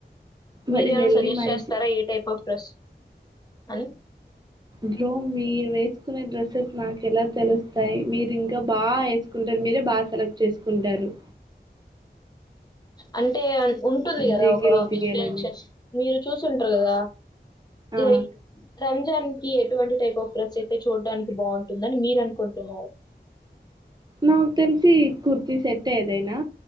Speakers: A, on the left; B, on the right.
A: మీరేమైనా
B: మరి వెళ్ళి
A: సజెస్ట్
B: మంచి
A: చేస్తారా ఏ టైప్ ఆఫ్ డ్రస్ అంతే
B: బ్రో మీరు వేసుకునే డ్రెస్సెస్ నాకు ఎలా తెలుస్తాయి మీరు ఇంకా బాగా వేసుకుంటారు మీరే బాగా సెలెక్ట్ చేసుకుంటారు
A: అంటే ఉంటుంది కదా
B: జిగేల్
A: ఒక విజషన్
B: జిగేల్ అని
A: మీరు చూసు చెప్పరు కద
B: ఆ
A: లైక్ రంజన్ ఎటువంటి టైప్ ఆఫ్ డ్రస్ అయితే చూడానికి బాగుంటుందని మీరు అనుకుంటున్నారు
B: నాక్ తెల్సి కుర్తి సెట్ ఏదైనా